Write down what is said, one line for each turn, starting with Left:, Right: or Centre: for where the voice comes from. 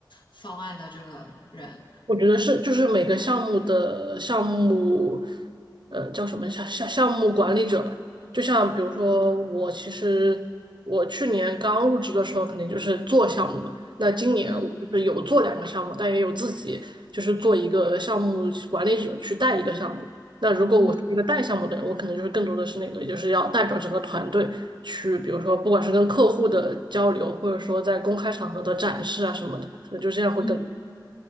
Left: 方案的这个人？
Right: 我觉得是，就是每个项目的项目，呃，叫什么项项项目管理者吧。就像比如说，我其实我去年刚入职的时候，肯定就是做项目嘛。那今年我就是有做两个项目，
Left: 嗯
Right: 但也有自己就是做一个项目管理者去带一个项目。那如果我是一个带项目的人，
Left: 嗯
Right: 我可能就是更多的是那个，就是要代表整个团队去，比如说不管是跟客户的交流，或者说在公开场合的展示啊什么的，可能就这样会更多
Left: 嗯，